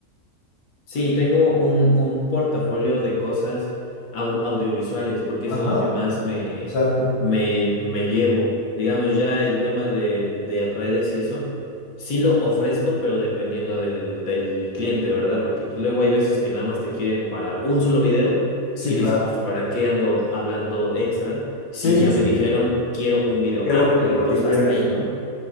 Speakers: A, on the left; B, on the left.
A: Sí, tengo un, un portafolio de cosas au- audiovisuales, porque
B: Ajá,
A: es en lo que más me,
B: exacto.
A: me, me llevo. Digamos, ya el tema de, de redes y eso, sí lo ofrezco, pero dependiendo del, del cliente, ¿verdad? Porque pues, luego hay veces que nada más te quieren para un solo video
B: Sí,
A: y
B: claro.
A: dices, pues, ¿para qué ando hablando extra? Si
B: Sí, sí,
A: ya
B: sí.
A: me dijeron, quiero un video.
B: ¿Qué
A: Ah,
B: es lo que,
A: ok,
B: qué
A: entonces
B: es lo que quieren?
A: hasta ahí, ¿no?